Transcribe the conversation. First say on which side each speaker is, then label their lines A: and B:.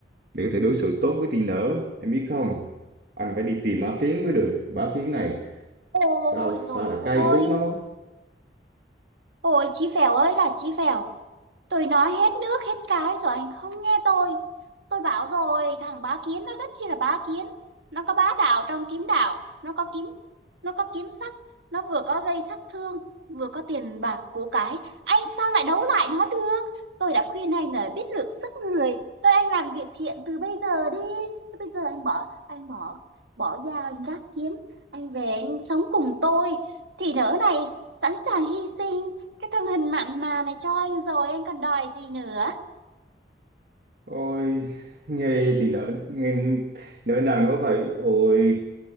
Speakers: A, on the right; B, on the right.
A: để có thể đối xử tốt với teen nữa em biết không anh phải đi tìm á kiến mới được bá kiến này
B: Ôi
A: sao
B: rồi
A: ta là cay
B: ôi,
A: cú nó
B: ôi chí phèo ơi là chí phèo. Tôi nói hết nước hết cái rồi anh không nghe tôi. Tôi bảo rồi, thằng bá kiến nó rất chi là bá kiến. Nó có bá đạo trong kiếm đạo, nó có kiếm nó có kiếm sắc, nó vừa có gây sát thương, vừa có tiền bạc của cái. Anh sao lại đấu lại nó được? Tôi đã khuyên anh là biết lượng sức người. Tôi anh làm việc thiện từ bây giờ đi. Thế bây giờ anh bỏ anh bỏ bỏ dao anh gác kiếm, anh về anh sống cùng tôi thì nỡ này sẵn sàng hy sinh cái thân hình mặn mà này cho anh rồi anh còn đòi gì nữa
A: ôi nghe thì nỡ nghe nỡ nào nói vậy ôi